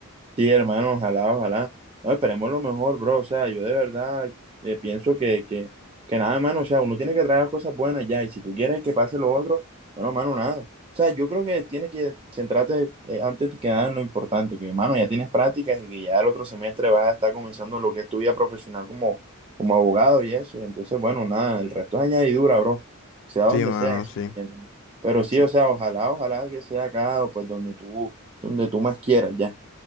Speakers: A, on the right (about 25°); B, on the left (about 60°).
A: Sí, hermano, ojalá, ojalá. No, esperemos lo mejor, bro. O sea, yo de verdad eh, pienso que, que, que nada, hermano. O sea, uno tiene que traer las cosas buenas ya. Y si tú quieres que pase lo otro, bueno, hermano, nada. O sea, yo creo que tienes que centrarte eh, antes que nada en lo importante, que, hermano, ya tienes prácticas y que ya el otro semestre vas a estar comenzando lo que es tu vida profesional como, como abogado y eso. Y entonces, bueno, nada, el resto es añadidura, bro. Sea donde
B: Sí, mano,
A: sea, ¿sí
B: sí.
A: me entiendes? Pero sí,
B: sí.
A: o sea, ojalá, ojalá que sea acá o pues donde tú, donde tú más quieras ya.